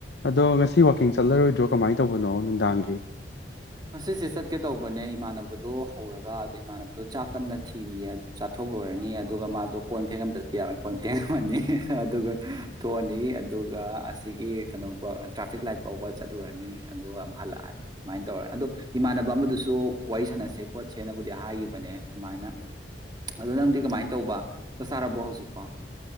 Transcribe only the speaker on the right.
ꯃꯁꯤꯁꯦ ꯆꯠꯀꯦ ꯇꯧꯕꯅꯦ ꯏꯃꯥꯟꯅꯕꯗꯣ ꯍꯧꯔꯒ ꯑꯗꯨ ꯏꯃꯥꯟꯅꯕꯗꯣ ꯆꯥꯛ ꯀꯟꯅ ꯊꯤꯔꯤꯌꯦ ꯆꯥꯊꯣꯛꯂꯨꯔꯅꯤ ꯑꯗꯨꯒ ꯃꯥꯗꯣ ꯀꯣꯟ ꯐꯦꯡꯉꯝꯗꯗꯤ ꯌꯥꯔꯣꯏ ꯀꯣꯟ ꯐꯦꯡꯉꯝꯃꯅꯤ ꯑꯗꯨꯒ ꯊꯣꯛꯑꯅꯤ ꯑꯗꯨꯒ ꯑꯁꯤꯒꯤ ꯀꯩꯅꯣꯒꯣ ꯇ꯭ꯔꯥꯐꯤꯛ ꯂꯥꯏꯠ ꯐꯥꯎꯕ ꯆꯠꯂꯨꯔꯅꯤ ꯑꯗꯣ ꯍꯜꯂꯛꯑꯅꯤ ꯁꯨꯃꯥꯏꯅ ꯇꯧꯔꯦ ꯑꯗꯣ ꯏꯃꯥꯟꯅꯕ ꯑꯃꯗꯨꯁꯨ ꯋꯥꯔꯤ ꯁꯥꯟꯅꯁꯦ ꯈꯣꯠꯁꯦꯅꯕꯨꯗꯤ ꯍꯥꯏꯈꯤꯕꯅꯦ ꯑꯗꯨꯃꯥꯏꯅ ꯑꯗꯨ ꯅꯪꯗꯤ ꯀꯃꯥꯏꯅ ꯇꯧꯕ ꯆꯥꯁꯥꯔꯕꯣ ꯍꯧꯖꯤꯛꯄꯣ